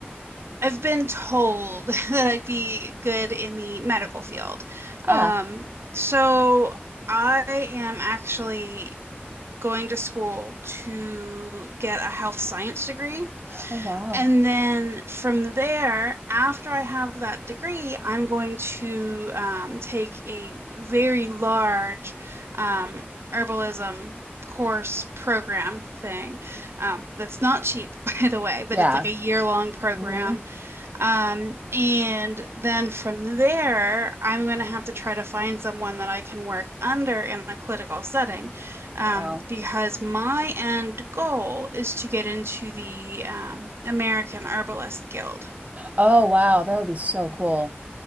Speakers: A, on the right; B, on the right.
A: I've been told <laughs> that I'd be good in the medical field.
B: Yeah.
A: Um, so I am actually going to school to get a health science degree.
B: Oh, wow.
A: And then from there, after I have that degree, I'm going to um, take a very large um, herbalism course program thing. Um, that's not cheap, <laughs> by the way, but
B: Yeah.
A: it's like a year-long program
B: hmm
A: um, and then from there, I'm going to have to try to find someone that I can work under in a clinical setting, um,
B: Wow.
A: because my end goal is to get into the um, American Herbalist Guild.
B: Oh, wow. That would be so cool.